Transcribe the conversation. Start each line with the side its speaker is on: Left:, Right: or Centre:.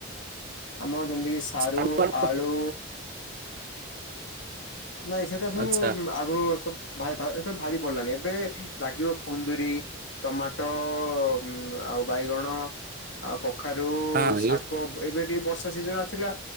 Left: ଆମର ଯେମିତି କିି ସାରୁ,
Right: ଆଚ୍ଛା
Left: ଆଳୁ ନାଇଁ ସେଟା ସବୁ
Right: ଆଚ୍ଛା
Left: ଆଗରୁ ସବୁ <unintelligible> ପଡ଼ିଲାଣି ଏବେ ଲାଗିବ କୁନ୍ଦୁୁରୀ ଟମାଟୋ ଉଁ ଆଉ ବାଇଗଣ ଆଉ କଖାରୁ,
Right: ହଁ
Left: ଶା କୋ ଏବେ ଟିକେ ବର୍ଷା ସିଜନ୍ ଆସିଲା